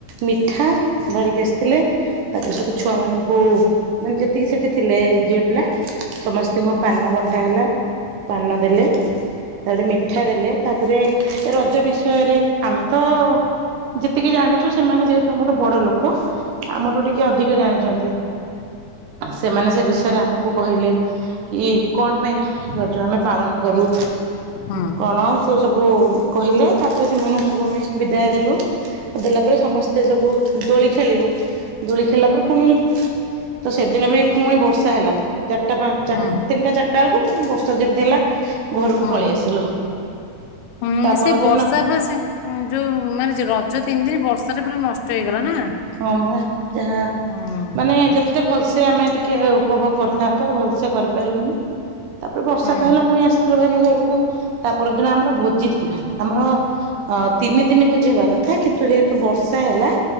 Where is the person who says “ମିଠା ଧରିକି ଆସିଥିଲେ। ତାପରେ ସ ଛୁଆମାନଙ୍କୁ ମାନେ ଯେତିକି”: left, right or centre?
Right